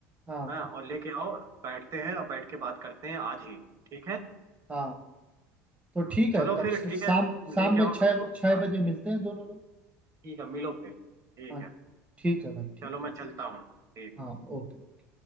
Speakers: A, on the right; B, on the right.
A: हाँ
B: हाँ और लेके आओ बैठते हैं और बैठ के बात करते हैं आज ही ठीक है
A: हाँ तो
B: हम्म,
A: ठीक
B: चलो
A: है तब
B: फिर
A: शाम
B: ठीक है तुम
A: शाम
B: लेके
A: में
B: आओ
A: छः
B: सबको
A: छः
B: हाँ
A: बजे मिलते हैं दोनों लोग
B: ठीक है मिलो फिर ठीक
A: हाँ
B: है
A: ठीक है भाई ठीक
B: चलो मैं
A: है ओके
B: चलता हूँ ठीक
A: हाँ ओके